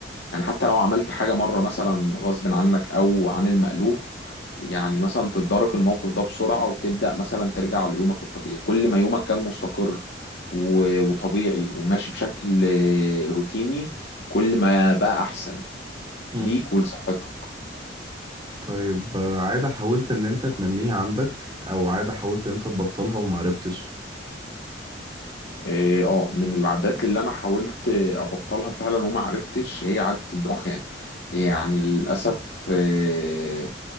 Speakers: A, on the left; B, on the right.
A: يعني حتى لو عملت حاجة مرة مثلا غصب عنك أو عن المألوف يعني مثلا تتدارك الموقف ده بسرعة وتبدأ مثلا ترجع ليومك الطبيعي كل ما يومك كان مستقر و- وطبيعي وماشي بشكل آه، روتيني كل ما بقى أحسن
B: مم.
A: ليك ولصحتك
B: طيب آه، عادة حاولت ان انت تنميها عندك او عادة حاولت ان انت تبطلها ومعرفتش
A: اه آه، من العادات اللي انا حاولت آه، ابطلها فعلا وما عرفتش هي عادة الدخان يعني للأسف آه،